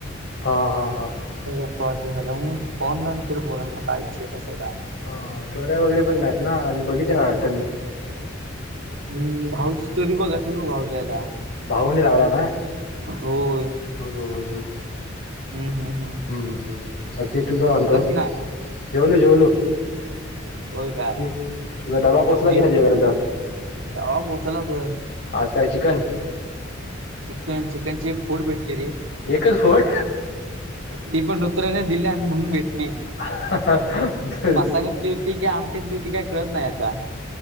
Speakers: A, on the left (about 60°); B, on the right (about 75°).
A: हा हा हा ह
B: झाला कोण न तरर बोला ना काय विषय कसा काय
A: हा स्टोऱ्या वगैरे पण नाहीत ना आणि बघित ना वाटत मी
B: हम्म भाऊची स्टोरी बघ असेल मग भाऊज याला
A: भाऊनी लागला ना
B: होय
A: बघू बघू
B: हम् हम हम
A: हम्म हम् बाकी तू काय म्हत
B: नाही
A: जेऊल जेऊलू
B: होय काय
A: तू तुझा डबा पोचला
B: जेव
A: कि नाही जेपर्यंत
B: गावा पोहोचला तर
A: आज काय चिकन
B: चिकन चिकन चे एक फोड भेटले रे
A: एकच फोड
B: ती पण रुत्र्याने दिल्या म्हणून भेटली
A: <unintelligible> <inaudible>
B: चालतली होती आमटली होती का कळत नाही आता